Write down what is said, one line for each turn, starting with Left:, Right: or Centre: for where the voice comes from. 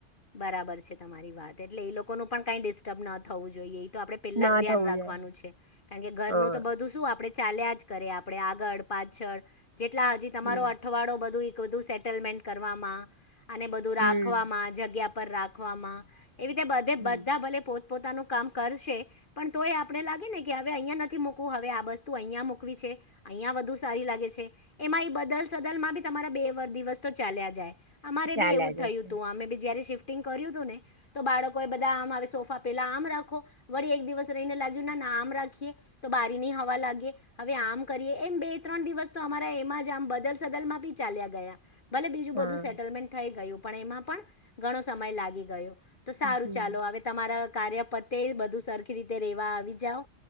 Left: બરાબર છે તમારી વાત એટલે એ લોકોનું પણ કઈ ડિસ્ટર્બ ન થવું જોઈએ તો આપડે પેલા
Right: ના
Left: જ ધ્યાન
Right: થવું
Left: રાખવાનું
Right: જોઈએ
Left: છે કારણ કે ઘરનું
Right: હા
Left: તો બધું શું આપડે ચાલ્યા જ કરે આપડે આગળ પાછળ જેટલા હજી તમારો
Right: હમ
Left: અઠવાડો બધું બધું સેટલમેન્ટ કરવામાં અને બધું
Right: હમ
Left: રાખવામાં જગ્યા પર રાખવામાં એવી રીતે બધે
Right: હમ
Left: બધા ભલે પોતે પોતાનું કામ કરશે પણ તો એ આપણે લાગે ને કે હવે અહીં નથી મૂકવું હવે આ વસ્તુ અહિયાયા મૂકવી છે અહિયાં વધુ સારી લાગે છે એમાં એ બદલ સદલ માં બી તમારા બે વાર દિવસ તો ચાલ્યા જાય અમારે
Right: ચાલ્યા
Left: બી એવું
Right: જશે
Left: થયું હતું અમે બી જયારે શફિંગ કર્યું હતું ને તો બાળકો એ બધા આમ આવે સોફા પેલા આમ રાખો વળી એક દિવસ રહીને લાગ્યું નામ રાખીએ તો બારી ની હવા લાગીએ હવે આમ કરીએ એમ બે ત્રણ દિવસ તો અમારા એમાં જ બદલ સદલ માં બી ચાલ્યા ગયા ભલે બીજું
Right: હા
Left: બધું સેટલમેન્ટ થઈ ગયું પણ એમાં પણ ઘણો સમય લાગી ગયો તો સારું
Right: હમ
Left: ચાલો અવે તમારા કાર્ય પતે બધું સરખી રીતે રેવા આવી જાવ